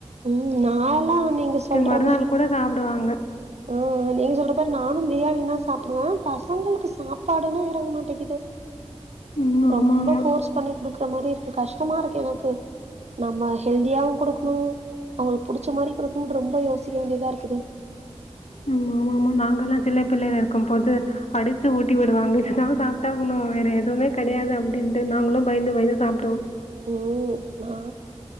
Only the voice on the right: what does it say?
ம் நாலாம் நீங்க சொல்ற
மாரி
ஆ நீங்க சொல்ற மாரி நானும் பிரியாணி னா சாப்படுவேன் பசங்களுக்கு சாப்பாடுன்னா எறங்க மாட்டிக்கிது
ரொம்ப
ஃபோர்ஸ் பண்ணி குடுக்குற மாரி இருக்கு கஷ்டமா இருக்கு எனக்கு நம்ம ஹெல்தியாவும் கொடுக்கணும் அவங்களுக்கு புடிச்ச மாரி கொடுக்குனு ரொம்ப யோசிக்க வேண்டியதா இருக்குது
ம் நா